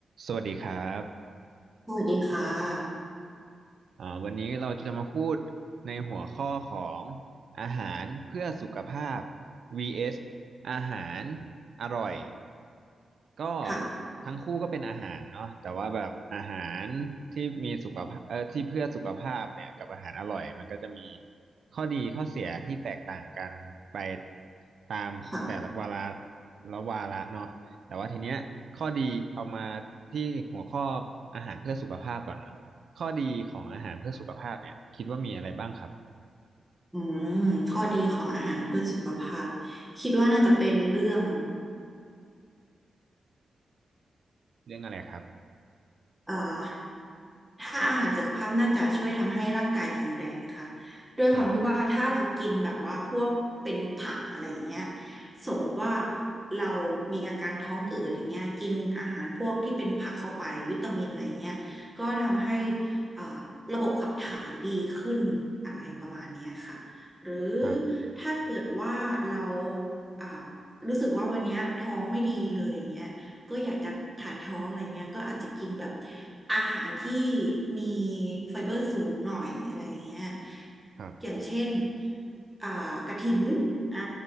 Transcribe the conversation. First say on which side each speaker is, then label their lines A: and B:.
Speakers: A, on the right (about 60°); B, in the centre.
A: สวัสดีครับ
B: สวัสดีค่ะ
A: อ่าวันนี้เราจะมาพูดในหัวข้อของอาหารเพื่อสุขภาพ vs อสอาหารอร่อยก็
B: ค่ะ
A: ทั้งคู่ก็เป็นอาหารเนาะแต่ว่าแบบอาหารที่มีสุขภาพเออที่เพื่อสุขภาพเนี่ยกับอาหารอร่อยมันก็จะมีข้อดีข้อเสียที่แตกต่างกันไปตามแต่ละวาระ
B: ค่ะ
A: ละวาระเนาะแต่ว่าทีเนี้ยข้อดีเอามาที่หัวข้ออาหารเพื่อสุขภาพก่อนเนาะ ข้อดีของอาหารเพื่อสุขภาพเนี่ยคิดว่ามีอะไรบ้างครับ
B: อืมข้อดีของอาหารเพื่อสุขภาพ คิดว่าน่าจะเป็นเรื่อง
A: เรื่องอะไรครับ
B: เอ่อ ถ้าอาหารสุขภาพน่าจะช่วยทำให้ร่างกายแข็งแรงค่ะด้วยความที่ว่าถ้าเรากินแบบว่าพวกเป็นผักอะไรอย่างเงี้ย
A: ครับ
B: สมมติว่าเรามีอาการท้องอืดอย่างเงี้ยกินอาหารพวกที่เป็นผักเข้าไปวิตามินอะไรอย่างเงี้ยก็ทำให้อ่าระบบขับถ่ายดีขึ้นอะไรประมาณเนี้ยค่ะ หรือ
A: ครับ
B: ถ้าเกิดว่าเราอ่ารู้สึกว่าวันเนี้ยท้องไม่ดีเลยอย่างเงี้ย ก็อยากจะถ่ายท้องอะไรเงี้ยก็อาจจะกินแบบอาหารที่มีไฟเบอร์สูงหน่อยอะไรเงี้ย
A: ครับ
B: อย่างเช่นอ่ากระถินอ่า